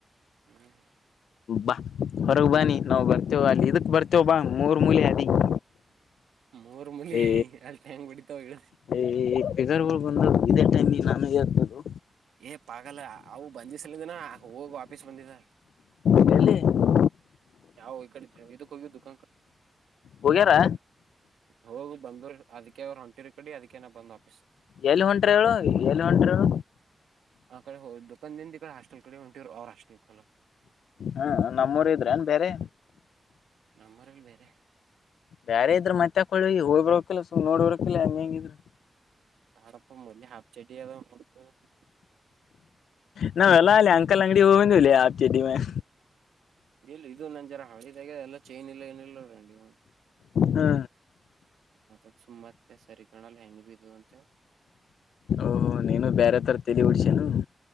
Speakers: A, on the right (about 85°); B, on the left (about 80°).
A: ಹ್ಮ್
B: ಬಾ ಹೊರಗ ಬಾನಿ ನಾವವು ಬರ್ತೇವ ಅಲ್ಲಿ ಇದಕ್ ಬರ್ತೇವಿ ಬ್ ಮೂರ್ ಮೂಲೆ ಅದಿ ಹ
A: ಮೂರ್ ಮುಲಿ
B: ಹೇ
A: ಅಲ್ಲಿ ಹೆಂಗ್ ಹೊಡಿತಾವ ಹೇಳ
B: ಹೇ ಈ ಫಿಗರ್ ಬದ್ವ ಇದೇ ಟೈಮಿಗೆ ನಾನು ಹೆದ್ದೋಲೋ
A: ಏ ಪಾಗಲ್ಲ ಅವು ಬಂಂದಿಸಲಿಂದಿನ ಹೋಗ ಆಫೀಸ್ ಬಂದಿದ
B: ಬೆ <unintelligible> <inaudible>
A: ಯಾವ ಈ ಕಡೆ ಇದಕ್ಕ ಹೋಗುದುು ಕಂಕ
B: ಹೋಗ್ಯಾರಾ
A: ಹೋಗ್ ಬಂದ್ರು ಅದಕ ಅವ್ರ ಹೊಂರ ಕಡಿ ಅದಕೇನ ಬಂದ ಹ
B: ಎಲ್ಲಿ ಹೊಂಟ್ರ ಏಳು ಎಲ್ಲಿ ಹೊಂಟ್ರವು
A: ಆ ಕಡೆ ಹೋ್ ದದುಕಂದದಿಂದ ಈಡೆ ಹಾಸ್ಟಲ್ಡೆ ಹೊಂಟ್ ಅವ್ರ ಹಸ್ೆಲ್ೋಕ್
B: ಹ್ಮ ನಮ್ಮೂರ್ ಇದ್ರೆನ್ ಬೇರೆ
A: ನಮ್ಮರಲ್ಲಿ ಬೇರೆ
B: ಬೇರೆ ಇದ್ರರು ಮತ್ತೆಕ್ಕಳ ಹೋಗಿರಕಿಲ್ಲ ಸು ನೋಡ್ಬರಕ್ಕಿಲ್ಲ ಹೆಂಗ ಹೆಂಗಿದ್ರರು
A: ಬ್ಯಾಡಪ್ಪ ಮೊಲಿ ಹಾಪ್ ಚಡಿ ಅದಾವತ <unintelligible>
B: ನ ವಲ್ಲ ಅಲ್ಲಿ ಅಂಕಲ್ ಅಂಗಡಿ ಹೋಗಿ ಬಂದ್ವಿ ಆಫಚಡ್ದಿಮೇಲೆ
A: ಇಲ್ಲಿ ಇದು ನನ್ ಜರ ಹಳಿ ಆದೆ ಎಲ್ಲ ಚೈನ್ ಇಲ್ಲ ಏನಿಲ್ಲಲ್ಲ <unintelligible>
B: ಹಾ
A: ಅದಕ್ ಸುಮತ್ತೆ ಸರಿ ಕಾಣಲ್ಲ ಹೆಂಗ ಬಿದದು ಅಂತೇಳಿ
B: ಓಹ ನೀನು ಬೇರೆ ಥರ ತಲೆ ಉಡ್ಸೇನು